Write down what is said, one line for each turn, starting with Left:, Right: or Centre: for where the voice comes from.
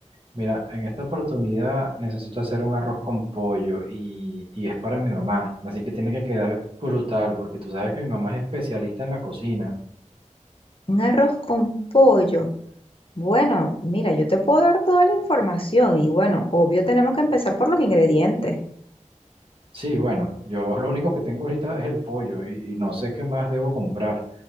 Right: Mira, en esta oportunidad necesito hacer un arroz con pollo y, y es para mi mamá, así que tiene que quedar brutal, porque tú sabes que mi mamá es especialista en la cocina.
Left: Un arroz con pollo. Bueno, mira, yo te puedo dar toda la información y bueno, obvio tenemos que empezar por los ingredientes.
Right: Sí, bueno, yo lo único que tengo ahorita es el pollo y, y no sé qué más debo comprar.